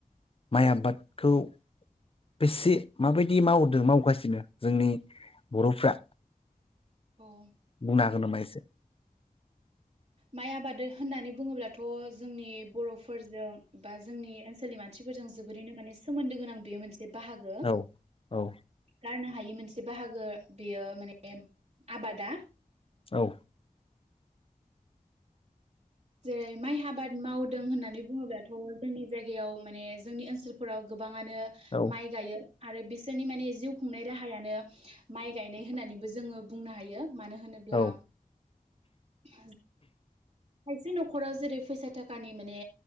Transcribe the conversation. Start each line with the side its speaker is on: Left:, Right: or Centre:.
Left: माइ आबादखौ बेसे माबायदि मावदों मावगासिनो जोंनि बर'फ्रा
Right: औ
Left: बुंनो हागोन नामा एसे?
Right: माइ आबाद होननानै बुङोब्लाथ' जोंनि बर'फोरजों बा जोंनि ओनसोलनि मानसिफोरजों जोबोरैनो माने सोमोन्दो गोनां बेयो मोनसे जे बाहागो
Left: औ औ
Right: गारनो हायै मोनसे बाहागो बेयो माने आबादा।
Left: औ
Right: जेरै माइ आबाद मावदों होननानै बुङोब्लाथ' जोंनि जायगायाव माने जोंनि ओनसोलफोराव गोबां आनो
Left: औ
Right: माइ गायो। आरो बिसोरनि माने जिउ खुंनाय राहायानो माइ गायनाय होननानैबो जोङो बुंनो हायो। मानो होनोब्ला
Left: औ
Right: <inaudible> खायसे न'खराव जेरै फैसा थाखानि माने